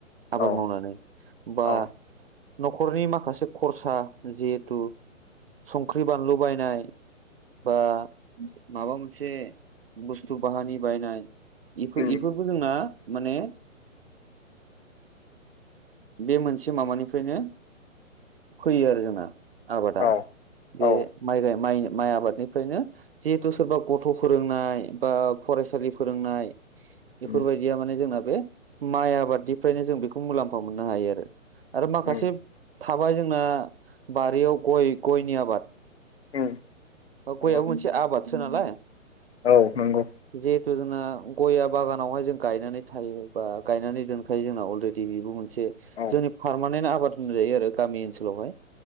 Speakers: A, on the right (about 45°); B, on the left (about 55°).
A: आबाद
B: औ
A: मावनानै बा
B: औ
A: न'खरनि माखासे खरसा जिहेथु संख्रि बानलु बायनाय बा माबा मोनसे बुस्थु बाहानि बायनाय इ इफोरबो
B: उम
A: बेफोरखौ जोंना माने बे मोनसे माबानिफ्रायनो फैयो आरो जोंना। आबादा
B: औ औ
A: बे माइ गाइ माइ आबाद बेनिफ्रायनो जिहेतु सोरबा गथ' फोरोंनाय बा फरायसालि फोरोंनाय बेफोरबायदिया
B: उम
A: माने जोंना बे माइ आबादनिफ्रायनो जों बेखौ मुलाम्फा मोननो हायो आरो आरो माखासे
B: उम
A: थाबाय जोंना बारिआवव गय गयनि आबाद
B: <inaudible> नंगौ
A: गयाबो मोनसे आबादसो नालाय
B: औ नंगौ
A: जिहेथु जोंना गया बागानावहाय जों गायनानै थायो बा गायनानै दोनखायो जोंना अलरेडि बेबो मोनसे
B: औ
A: जोंनि पारमानेन्ट आबाद होनजायो आरो गामि ओनसोलावहाय